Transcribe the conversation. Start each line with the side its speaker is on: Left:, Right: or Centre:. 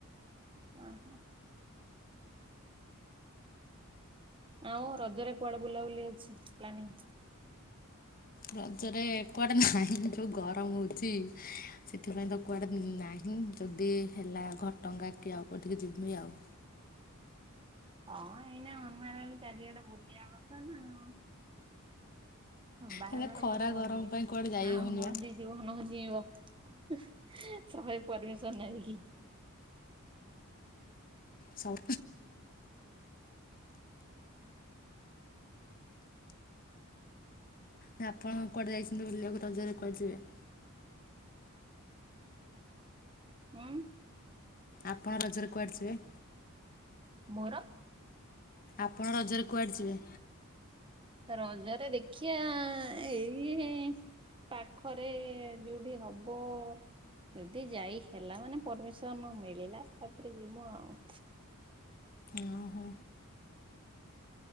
Right: ଓ ହୋ। ଆଉ ରଜରେ କୁଆଡେ ବୁଲାବୁଲି ଅଛି ପ୍ଲାନିଂ?
Left: ରଜରେ କୁଆଡେ ନାହିଁ ଯୋଉ ଗରମ ହଉଛି ସେଥିପାଇଁ ତ କୁଆଡେ ନାହିଁ ଯଦି ହେଲା ଘଟଙ୍କା କି ଆଉ କୋଉଠିକି ଯିବି ଆଉ।
Right: ହଁ ଏଇନା ଅନମ୍ୟାର ଚାରିଆଡେ ବୁଲିବା କଥା ନା ଆଉ। ବାହାଘର
Left: ହେଲେ ଖରା
Right: ପରେ ବନ୍ଦୀ।
Left: ଗରମ ପାଇଁ କୁଆଡେ ଯାଇହଉନି
Right: ଆଉ ବନ୍ଦୀ
Left: ବା।
Right: ଜୀବନ ହଉଚି ଯିଇଁବ ଶହେ ପରମିସନ ଆଣି କି।
Left: ସଉ ନା ଆପଣ କୁଆଡ଼େ ଯାଇଛନ୍ତି ବୁଲିବାକୁ ରଜରେ କୁଆଡ଼ ଯିବେ?
Right: ଉଁ
Left: ଆପଣ ରଜରେ କୁଆଡ଼େ ଯିବେ?
Right: ମୋର
Left: ଆପଣ ରଜରେ କୁଆଡେ ଯିବେ?
Right: ରଜରେ ଦେଖିବା ଏଇ ଏ ପାଖରେ ଯୋଉଠି ହବ ଯଦି ଯାଇ ହେଲା ମାନେ ପରମିସନ୍ ମିଳିଲା ତାପରେ ଜିମୁ ଆଉ।
Left: ହଁ ହୋ।